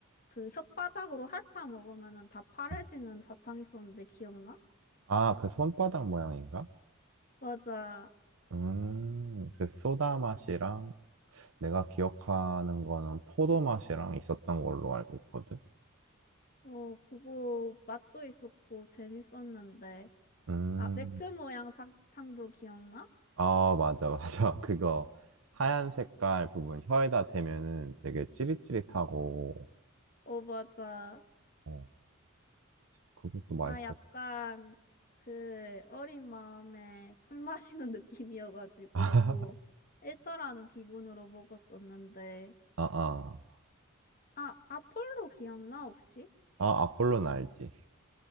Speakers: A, on the left; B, on the right.
A: 그 혓바닥으로 핥아 먹으면은 다 파래지는
B: 음.
A: 사탕 있었는데 기억나?
B: 아, 그 손바닥 모양인가?
A: 맞아.
B: 음, 그 소다 맛이랑 내가 기억하는 거는 포도 맛이랑 있었던 걸로 알고 있거든.
A: 어, 그거 맛도 있었고 재밌었는데.
B: 음,
A: 아, 맥주 모양 사탕도 기억나?
B: 아, 맞아, 맞아. <laughs> 그거 하얀 색깔 부분 혀에다 대면은 되게 찌릿찌릿하고,
A: 어, 맞아.
B: 어, 그것도
A: 나
B: 맛있었고.
A: 약간 그 어린 마음에 술 마시는 <laughs> 느낌이어가지고
B: <laughs> 아,
A: 일탈하는 기분으로 먹었었는데.
B: 아.
A: 아, 아폴로 기억나 혹시?
B: 아, 아폴는 알지?